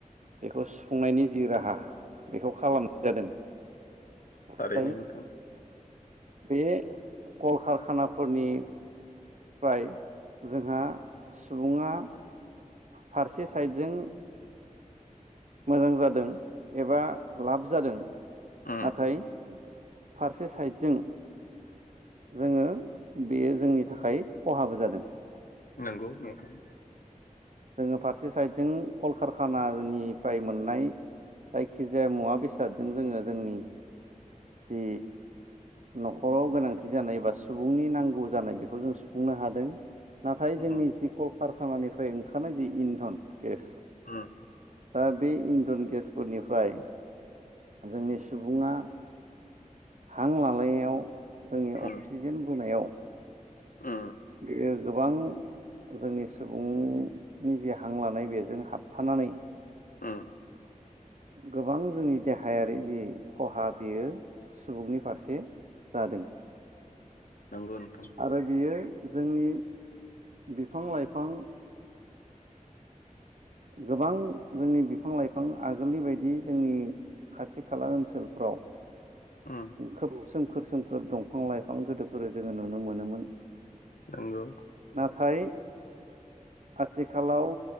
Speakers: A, on the right (about 60°); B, on the left (about 85°).
A: बेखौ सुफुंनायनि जि राहा बेखौ खालामनाय जादों। नाथाय
B: थारैनो नोंथां
A: बे कलकारखानाफोरनि फ्राय जोंहा सुबुंङा फारसे साइडजों मोजां जादों एबा लाब जादों,
B: उम
A: नाथाय! फारसे साइडजों। जोङो बेयो जोंनि थाखाय खहाबो जादों।
B: नंगौ नोंथां।
A: जोंङो फारसे साइडजों कलकारखानानिफ्राय मोननाय। जायखिजाया मुवा बेसादजों जोङो जोंनि जि न'खराव गोनांथि जानाय एबा सुबुंनि नांगौ जानाय बेखौ जों सुफुंनो हादों। नाथाय
B: उम
A: जोंनि जि कलकारखानानिफ्राय ओंखारनाय जि इन्धन गेस
B: उम
A: दा बे इन्जन गेसफोरनिफ्राय जोंनि सुबुंङा हां लानायाव जोंनि
B: उम
A: अक्सिजेन बोनायाव।
B: उम।
A: बियो गोबां जोंनि सुबुंनि जि हां लानाय बेजों हाबफानानै
B: उ
A: गोबां जोंनि देहायारि जि खहा बेयो सुबुंनि फारसे जादों।
B: नांगोन
A: आरो बियो जोंनि बिफां लाइफां गोबां जोंनि बिफां लाइफां आगोलनि बायदि जोंनि खाथि खाला ओनसोलफ्राव
B: उ
A: खोब सोमखोर सोमखोर दंफां लाइफां गोदोफोर जोङो नुनो मोनोमोन।
B: नंगौ।
A: नाथाय आथिखालाव